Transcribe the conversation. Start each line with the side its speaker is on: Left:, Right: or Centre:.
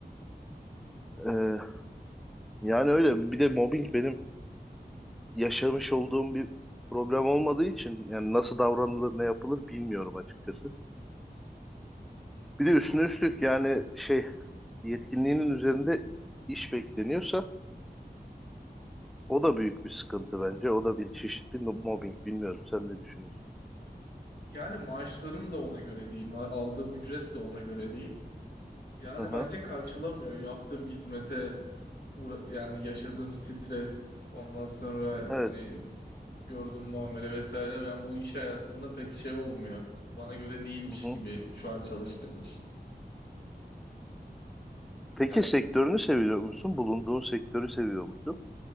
Left: Hı hı.
Centre: E, yani öyle. Bir de mobbing benim yaşamış olduğum bir problem olmadığı için yani nasıl davranılır ne yapılır bilmiyorum açıkçası. Bir de üstüne üstlük yani şey yetkinliğinin üzerinde iş bekleniyorsa o da büyük bir sıkıntı bence. O da bir çeşit bir no- mobbing. Bilmiyorum sen ne düşünüyorsun?
Left: Yani maaşlarım da ona göre değil, ma- aldığım ücret de ona göre değil. Yani
Centre: Hı hı.
Left: bence karşılamıyor yaptığım hizmete, uğra- yani yaşadığım stres, ondan sonra
Centre: Evet.
Left: hani gördüğüm muamele vesaire. Ben bu iş hayatında pek şey olmuyor. Bana göre değilmiş
Centre: Hı hı.
Left: gibi şu an çalıştığım iş.
Centre: Peki
Left: Yani
Centre: sektörünü seviyor musun? Bulunduğun sektörü seviyor musun?